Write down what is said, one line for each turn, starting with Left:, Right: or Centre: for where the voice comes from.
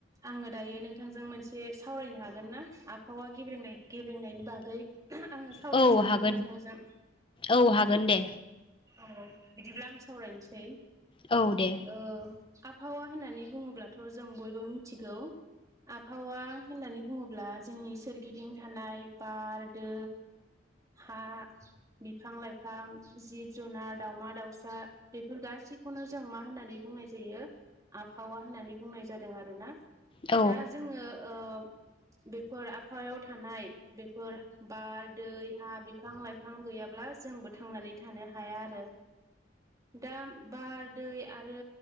Right: आङो दायो नोंथांजों मोनसे सावरायनो हागोन ना? आबहावा गेब्रेंनाय गेब्रेंनायनि बागै। ओ-आङो सावरायनो
Left: औ
Right: सानदोंमोन
Left: हागोन
Right: नोंथांजों।
Left: औ हागोन दे
Right: औ बिदिब्ला आं सावरायनोसै
Left: औ दे
Right: ओ आबहावा होननानै बुङोब्लाथ जों बयबो मिथिगौ। आबहावा होननानै बुङोब्ला जोंनि सोरगिदिं थानाय बार दै हा बिफां लाइफां जिब। जुनार दाउमा दाउसा बेफोर गासैखौनो जों मा होननानै बुंनाय जायो। आबहावा होननानै बुंनाय जादों आरोना
Left: औ
Right: दा जोङो ओ बेफोर आबहायाव थानाय बेफोर बार दै हा बिफां लाइफां गैयाब्ला जोंबो थांनानै थानो हाया आरो दा बार दै आरो